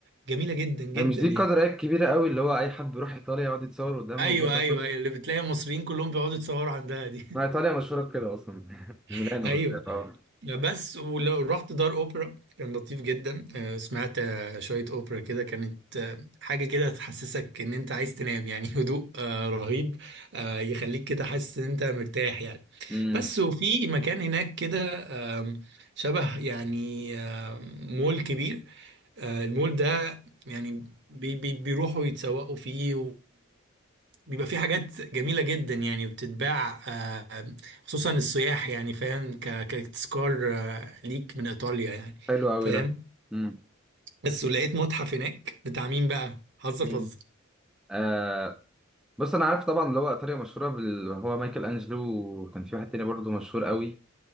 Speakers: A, on the right; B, in the centre.
A: جميله جدا جدا
B: هي مش دي
A: يعني
B: قدر ايه كبيره قوي اللي هو اي حد بيروح ايطاليا يقعد يتصور قدامها
A: ايوه
B: والجو ده
A: ايوه
B: كله
A: ايوه اللي بتلاقي المصريين كلهم بيقعدوا يتصوروا عندها دي
B: ما ايطاليا مشهوره بكده اصلا <laughs> ميلانو
A: <laughs> ايوه
B: بالذات اه
A: بس ولو رحت دار اوبرا كان لطيف جدا آه، سمعت آه، شويه اوبرا كده كانت آه، حاجه كده تحسسك ان انت عايز تنام يعني <laughs> هدوء آه، رهيب آه، يخليك كده حاسس ان انت مرتاح يعني
B: امم
A: بس وفي مكان هناك كده آم، شبه يعني آم، مول كبير آه، المول ده يعني بي بي بيروحوا يتسوقوا فيه بيبقى في حاجات جميلة جدا يعني وبتتباع آه، خصوصا السياح يعني فاهم ك- كتذكار آه، ليك من إيطاليا يعني
B: حلو قوي
A: فاهم
B: ده امم
A: بس ولقيت متحف هناك بتاع مين بقى هزر
B: مين
A: فزر
B: آه، بص انا عارف طبعا اللي هو ايطاليا مشهوره بال... هو مايكل انجلو وكان في واحد تاني برضه مشهور قوي